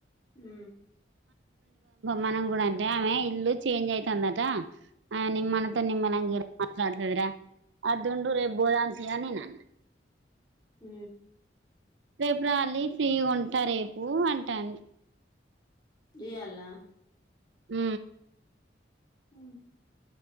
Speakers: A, on the left; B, on the right.
A: హ
B: మనం కూడా అంటే ఆమె ఇల్లు చేంజ్ అయితుందట ఆ నిమ్ మనతో నిమ్మల్ంగ మాట్లాడుతుంది వధూ రేబ్బోద అంత యనీ నన్న
A: అ
B: రేపుర్ అళ్ళి ఫ్రీ ఉంటా రేపు అంటాను
A: జాల
B: హ
A: అ